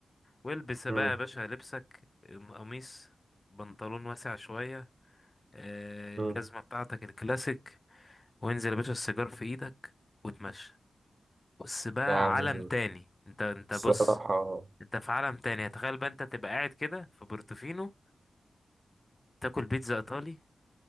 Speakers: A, on the left; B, on the right.
A: والبس بقى
B: مم.
A: يا باشا لبسك أم- قميص بنطلون واسع شوية آه، الجزمة
B: مم.
A: بتاعتك الكلاسيك وانزل يا باشا السيجار في ايدك وتمشى بص بقى
B: يعني
A: عالم تاني انت انت
B: الصراحة
A: بص انت في عالم تاني تخيل بقى انت تبقى قاعد كده في بورتوفينو تاكل بيتزا ايطالي